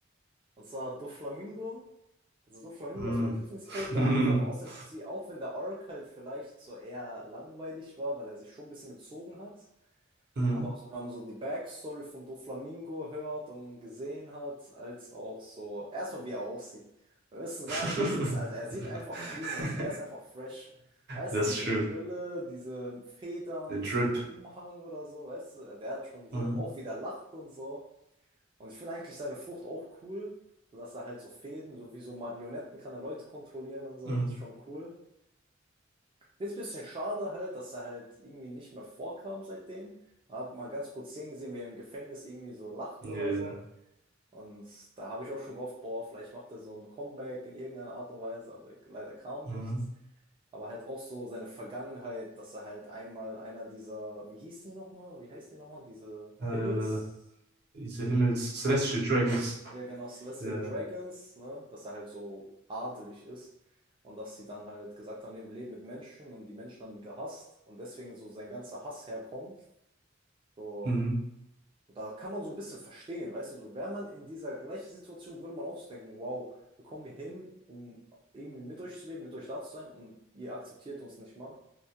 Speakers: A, on the right; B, on the right.
A: und zwar Doflamingo. Also Doflamingo
B: Hm.
A: ist mein Lieblingscharakter,
B: <laughs>
A: einfach aus dem Prinzip, auch wenn der Arc halt vielleicht so eher langweilig war, weil er sich schon ein bisschen gezogen hat.
B: Hm.
A: Aber so, wenn man so die Backstory von Doflamingo hört und gesehen hat, als auch so, erstmal wie er aussieht. Wir müssen sagen,
B: <laughs>
A: wie es ist. Also er sieht einfach clean aus, er ist einfach fresh. Weißt
B: Das
A: du, diese
B: ist schön.
A: Brille, diese Federn,
B: Der Drip.
A: Umhang oder so, weißt du, der hat schon Drip,
B: Mhm.
A: auch wie der lacht und so. Und ich finde eigentlich seine Frucht auch cool, sodass er halt so Fäden, so wie so Marionetten kann er Leute kontrollieren und so,
B: Mhm.
A: das ist schon cool. Finde es ein bisschen schade halt, dass er halt irgendwie nicht mehr vorkam seitdem. Hab mal ganz kurz Szenen gesehen, wie er im Gefängnis irgendwie so lacht
B: Ja.
A: oder so. Und da habe ich auch schon gehofft, boah, vielleicht macht er so ein Comeback in irgendeiner Art und Weise, aber leider kam
B: Mhm.
A: nichts. Aber halt auch so seine Vergangenheit, dass er halt einmal einer dieser, wie hieß die nochmal? Wie heißt die nochmal? Diese
B: Äh,
A: Himmels,
B: diese Himmels Celestial Dragons.
A: ja, genau, Celestial
B: Ja. Yeah.
A: Dragons, ne, dass er halt so adelig ist und dass sie dann halt gesagt haben, nee, wir leben mit Menschen und die Menschen haben die gehasst und deswegen so sein ganzer Hass herkommt. So,
B: Mhm.
A: da kann man so ein bisschen verstehen, weißt du, so wäre man in dieser gleichen Situation, würde man auch so denken, wow, wir kommen hier hin, um irgendwie mit euch zu leben, mit euch da zu sein und ihr akzeptiert uns nicht mal,